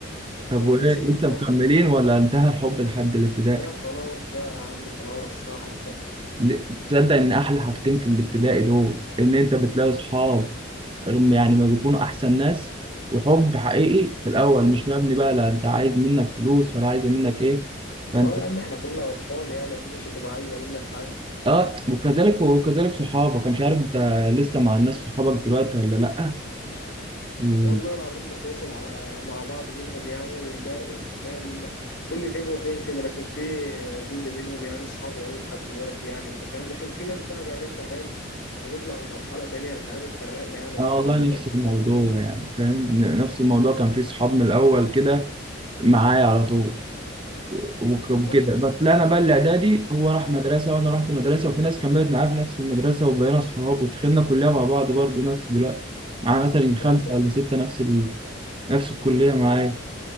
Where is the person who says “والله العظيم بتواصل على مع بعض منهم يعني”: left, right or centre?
Left